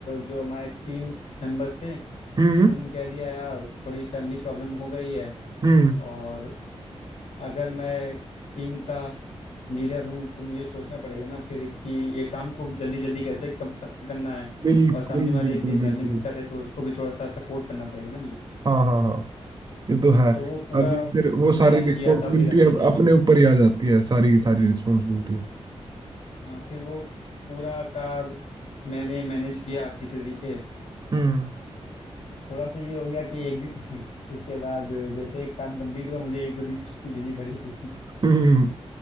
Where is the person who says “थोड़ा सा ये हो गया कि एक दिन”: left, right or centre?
Left